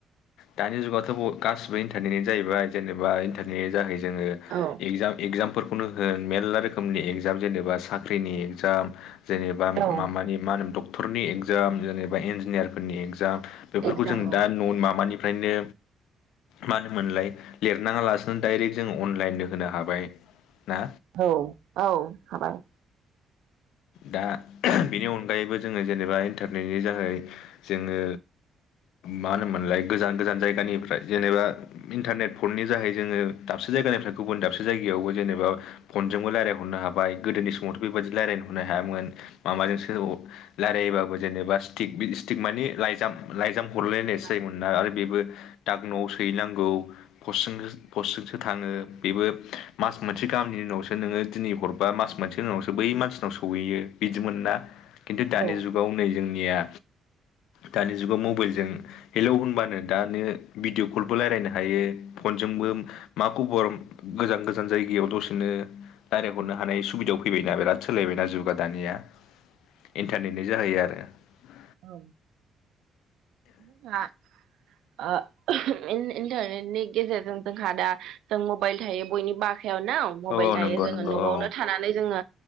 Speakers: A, on the left (about 85°); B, on the right (about 80°).
A: दानि जुगावथ' गासिबो इन्टारनेटनि जाहैबाय जेनेबा इन्टारनेट जाहै जोङो
B: औ
A: एगजाम एगजाम फोर खौनो होन मेरला रोख खोमनि एगजाम जेनबा साग ख्रिनि एगजाम जेनेबा
B: औ
A: मामानि मा होनोमोन ड टरनि इगजाम जेनबा इन्जिनियारफोरनि एक्ज जाम बेफोरखौ
B: एगजामाव
A: जों दा न' माबानि फ्रायनो माहोनोमोनलाय लिरनाङा लासिनो दायरेक जों अनलाइननो होनो हाबाय। ना
B: औ औ हाबाय।
A: दा बेनि अनगायैबो जोङो जेनेबा इन्टारनेटनि जोहै जोङो मा होनोमोनलाय गोजान गोजान जायगानिफ्राय जेनेबा इन्टारनेट फननि जाहै जोङो दाबसे जायगानिफ्राय गुबुन दाबसे जायगायावबो जेनेबा फनजोंबो रायजलायहरनो हाबाय गोदोनि समावथ' बे बायदि थ' रायलायहरनो हायामोन। मामाजोंसो अ' लारायबाबो जेनेबा सिथिक बि सिथिक माने लाइजाम लाय जाम हरलायनायसो
B: औ
A: जोयोमोन। ना आरो बेबो दाग न'आव सोहैनांगौ। पसजोंनो पसजोंसो थाङो। बेबो मास मोनसे गाहामनि उनावसो नोङो दिनै हरबा मास मोनसेनि उनावसो बै मानसिनाव सहैयो बिदिमोन ना? खिन्थु दानि
B: औ
A: जुगाव नै जों गैया दानि जुगाव मबेलजों हेलौ होनबानो दानो भिडिअ' कलबो लायरायनो हायो। फनजोंबो
B: औ
A: मा खबर गोजान गोजान जायगायाव दसेनो लायराय हरनो हानाय सुबिदायाव फैबायना बिराद सोलायबायना जुगा दानिया? इन्टारनेटनि जाहैयो आरो। ओ
B: औ <unintelligible> हा आ इन-इन्टारनेटनि गेजेरजों जोंहा दा जों मबाइल थायो बयनि बाख खायावनाव मबाइल
A: औ औ
B: थायो
A: नंगौ
B: जोंङो
A: नंगौ
B: नआवनो
A: औ
B: थानानै जोंङो